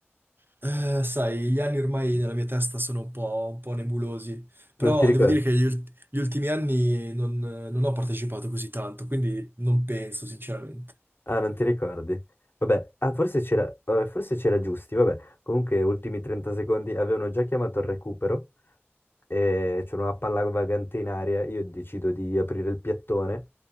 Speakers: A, on the right; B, on the left.
A: Eh, sai, gli anni ormai nella mia testa sono un po', un po' nebulosi, però
B: Non ti ricordo.
A: devo dire che gli, ult- gli ultimi anni non non ho partecipato così tanto, quindi non penso, sinceramente.
B: Ah, non ti ricordi? Vabbè, ah, forse c'era vabbè, forse c'era Giusti, vabbè. Comunque, ultimi 30 secondi, avevano già chiamato il recupero, e c'era una palla vagante in aria, io decido di aprire il piattone,